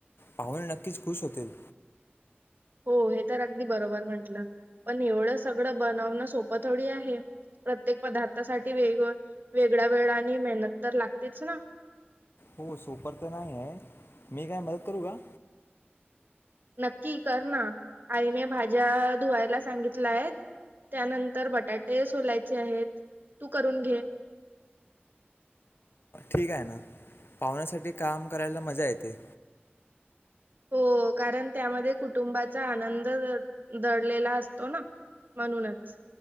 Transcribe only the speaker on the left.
पाहून नक्कीच खुश होतील.
हो सोप तर नाही आहे मी काय मदत करू का?
ठीक आहे ना पाहण्यासाठी काम करायला मज्जा येते.